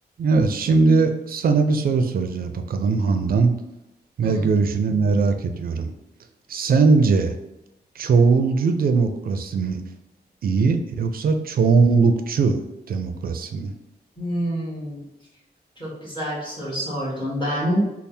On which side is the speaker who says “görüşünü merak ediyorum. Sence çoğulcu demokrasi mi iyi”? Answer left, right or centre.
Right